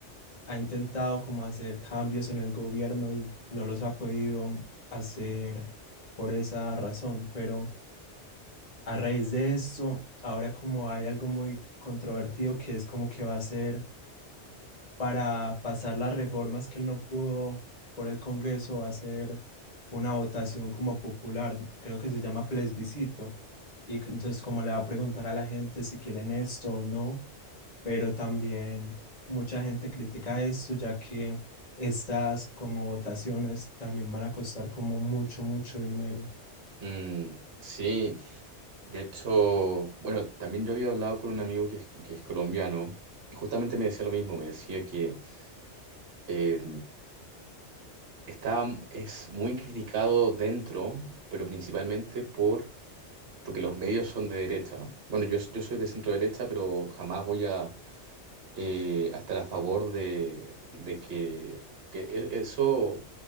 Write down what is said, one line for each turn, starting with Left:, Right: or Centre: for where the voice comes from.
Left: ha intentado como hacer cambios en el gobierno y no los ha podido mm, hacer por esa razón, pero a raíz de eso, ahora como hay algo muy controvertido que es como que va a ser para pasar las reformas que él no pudo por el Congreso hacer una votación como popular, creo que se llama plebiscito, y que entonces como le va a preguntar a la gente si quieren esto o no, pero también mucha gente critica esto ya que estas como votaciones también van a costar como mucho, mucho dinero.
Right: Mm, sí. De hecho, bueno, también yo había hablado con un amigo que es, que es colombiano y justamente me decía lo mismo, me decía que eh, está, es muy criticado dentro, pero principalmente por, porque los medios son de derecha. Bueno, yo, yo soy de centro derecha, pero jamás voy a, eh, a estar a favor de, de que, que e- eso,